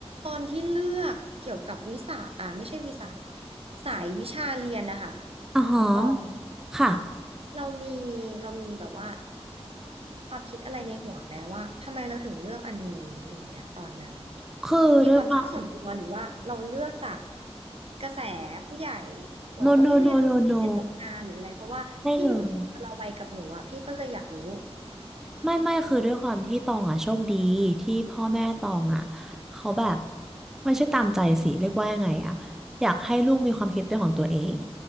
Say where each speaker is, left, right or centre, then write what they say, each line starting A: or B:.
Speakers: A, on the right (about 60°); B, in the centre.
A: ตอนที่เลือกเกี่ยวกับวิสาอ่าไม่ใช่วิสาสายวิชาเรียนนะคะ
B: อ๋อฮะ
A: น้องตอง
B: ค่ะ
A: เรามีเรามีแบบว่าความคิดอะไรในหัวแม้ว่าทำไมเราถึงเลือกอันนี้อย่างเงี้ยตอนนั้น
B: คือด้วยความ
A: มีความชอบส่วนตัวหรือว่าเราเลือกจากกระแสผู้ใหญ่บอกว่าเอ้ยเรียนอันนี้สิไม่ตกงานหรืออะไรเพราะว่าพี่อยู่คนละวัยกับหนูอ่ะพี่ก็เลยอยากรู้
B: no no no no no ไม่เลยไม่ไม่คือด้วยความที่ตองอ่ะโชคดีที่พ่อแม่ตองอ่ะเขาแบบไม่ใช่ตามใจสิเรียกว่ายังไงอ่ะอยากให้ลูกมีความคิดเป็นของตัวเอง